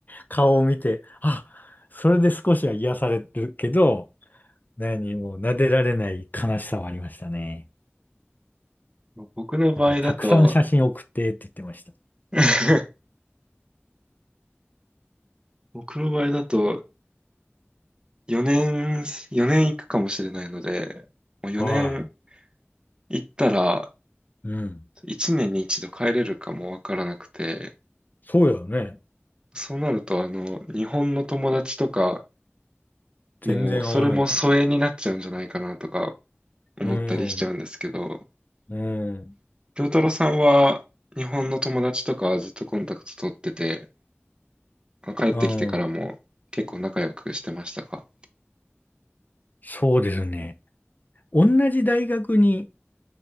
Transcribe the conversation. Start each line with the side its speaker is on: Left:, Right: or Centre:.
Left: 顔を見て、あ、それで少しは癒されるけど、何もう撫でられない悲しさはありましたね。
Right: 僕の場合だと
Left: だからたくさん写真送ってって言ってました。
Right: <laughs> 僕の場合だと4年、4年行くかもしれないので、もう4年
Left: は
Right: 行ったら
Left: い。うん。
Right: 1年に一度帰れるかもわからなくて、
Left: そうやね。
Right: そうなるとあの、日本の友達とか、
Left: 全然合わないかも。
Right: もうそれも疎遠になっちゃうんじゃないかなとか思ったりしちゃうんですけど、
Left: うん。うん。
Right: 良太郎さんは日本の友達とかはずっとコンタクト取ってて、帰ってきてからも結構仲良くしてましたか
Left: うん。そうですね。同じ大学に、